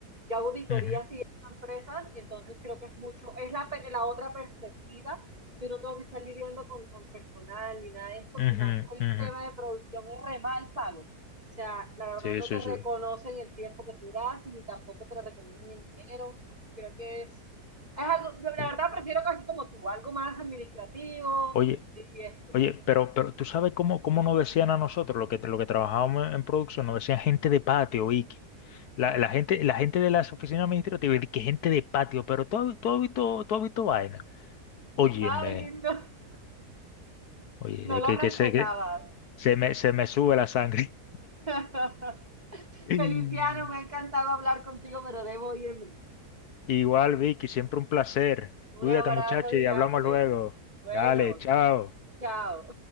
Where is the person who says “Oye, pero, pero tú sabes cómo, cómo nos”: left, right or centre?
Left